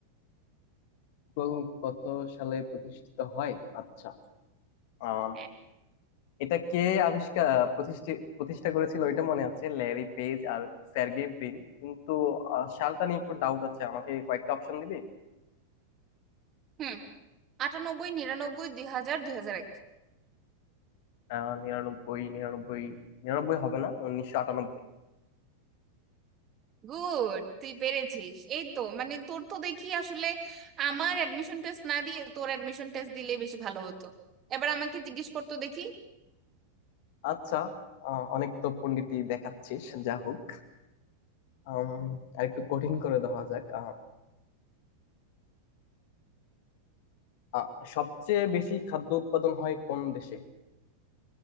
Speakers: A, on the left; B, on the right.
A: গুগল কত সালে প্রতিষ্ঠিত হয় আচ্ছা আম,
B: হ্যাঁ
A: এটা কে আবিষ্কার প্রতিষ্ঠা প্রতিষ্ঠা করেছিল ওইটা মনে আছে ল্যারি পেজ আর স্যার্গেই ব্রিন কিন্তু আহ, সালটা নিয়ে একটু ডাউট আছে আমাকে কয়েকটা অপশন দিবি
B: হুম আটানব্বই নিরানব্বই দুই হাজার দুই হাজার এক
A: আহ নিরানব্বই নিরানব্বই নিরানব্বই হবে না উনিশশো আটানব্বই
B: গুড তুই পেরেছিস এই তো মানে তোর তো দেখি আসলে আমার অ্যাডমিশন টেস্ট না দিয়ে তোর অ্যাডমিশন টেস্ট দিলে বেশি ভালো হতো এবার আমাকে জিজ্ঞেস করতো দেখি
A: আচ্ছা আহ, অনেক তো পন্ডিতি দেখাচ্ছিস যা হোক আম, আরেকটু কঠিন করে দেওয়া যাক আহ, আহ, সবচেয়ে বেশি খাদ্য উৎপাদন হয় কোন দেশে